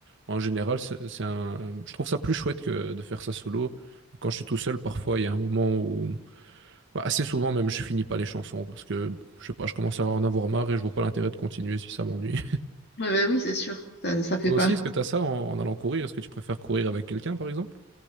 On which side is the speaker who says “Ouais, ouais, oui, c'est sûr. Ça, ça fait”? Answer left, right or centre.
Left